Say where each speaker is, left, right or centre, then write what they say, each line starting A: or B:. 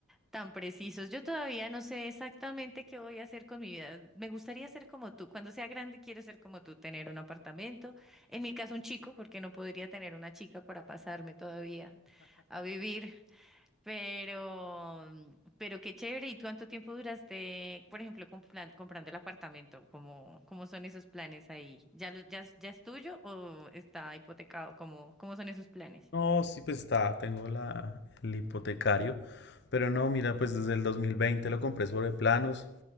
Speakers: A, in the centre; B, on the left.
A: tan precisos. Yo todavía no sé exactamente qué voy a hacer con mi vida. Me gustaría ser como tú. Cuando sea grande, quiero ser como tú, tener un apartamento. En mi caso, un chico, porque no podría tener una chica para pasarme todavía a vivir. Pero, pero qué chévere. ¿Y cuánto tiempo duraste, por ejemplo, compran- comprando el apartamento? ¿Cómo, cómo son esos planes ahí? ¿Ya, lo- ya, es- ya es tuyo o está hipotecado? ¿Cómo, cómo son esos planes?
B: No, sí, pues está, tengo la, el hipotecario, pero no, mira, pues desde el 2020 lo compré sobre planos,